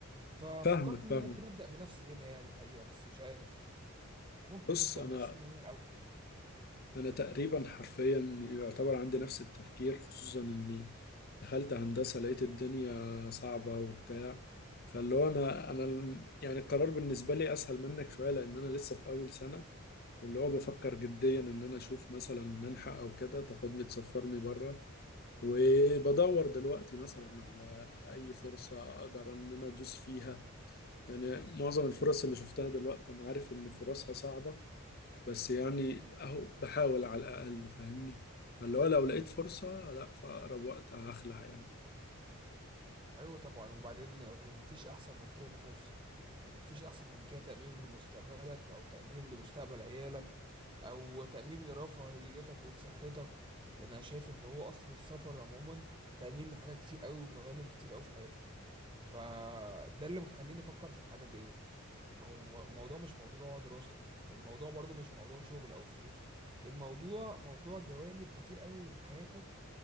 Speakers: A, on the right; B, on the left.
A: ففكرت
B: فاهمك
A: ان
B: فاهمك
A: انا ممكن ابدا بنفسي هنا يعني الحقيقه بس مش عارف ممكن
B: بص
A: نبدا
B: انا
A: بنفسنا هنا الاول
B: انا تقريبا حرفيا يعتبر عندي نفس التفكير خصوصا اني دخلت هندسة لقيت الدنيا صعبة وبتاع فاللي هو انا انا الم- يعني القرار بالنسبة لي اسهل منك شوية لان انا لسه في اول سنة واللي هو بفكر جديا ان انا اشوف مثلا منحة او كده تاخدني تسفرني بره وبدور دلوقتي مثلا على اي فرصة اقدر ان انا ادوس فيها يعني معظم الفرص اللي شفتها دلوقتي انا عارف ان فرصها صعبة بس يعني اهو بحاول على الاقل فاهمني فاللي هو لو لقيت فرصة لا في اقرب وقت هخلع يعني
A: ايوه طبعا وبعدين هو مفيش احسن من كده فرصه يعني مفيش احسن من كده تامين لمستقبلك او تامين لمستقبل عيالك او تامين لرفاهيتك ولصحتك يعني انا شايف ان هو اصلا السفر عموما تامين لحاجات كتير قوي وجوانب كتير قوي في حياتك فده اللي مخليني افكر في الحاجات ديت هو مو- الموضوع مش موضوع دراسة الموضوع برضو مش موضوع شغل أو فلوس الموضوع موضوع جوانب كتير قوي من حياتك